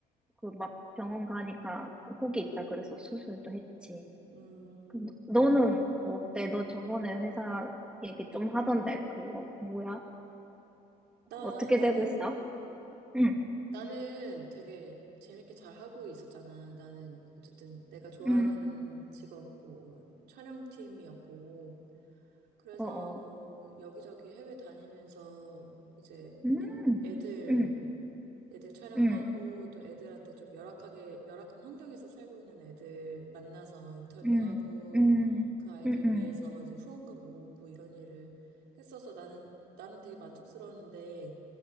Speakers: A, in the centre; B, on the right.
A: 그 막 병원 가니까 그 혹이 있다 그래서 수술도 했지.
B: 음.
A: 그 너- 너는 어때? 너 저번에 회사 얘기 좀 하던데 그거 뭐야?
B: 나,
A: 어떻게
B: 나는,
A: 되고 있어? 응,
B: 나는 되게 재밌게 잘 하고 있었잖아. 나는 어쨌든 내가 좋아하는
A: 응,
B: 직업 뭐 촬영팀이었고 그래서
A: 어, 어,
B: 뭐 여기저기 해외 다니면서 이제
A: 음,
B: 애- 애들
A: 음,
B: 애들 촬영하고
A: 음,
B: 또 애들한테 좀 열악하게, 열악한 환경에서 살고 있는 애들 만나서 인터뷰하고
A: 음, 음,
B: 그 아이들
A: 음, 음,
B: 위해서 이제 후원금 모으고 이런 일을 했어서 나는, 나는 되게 만족스러웠는데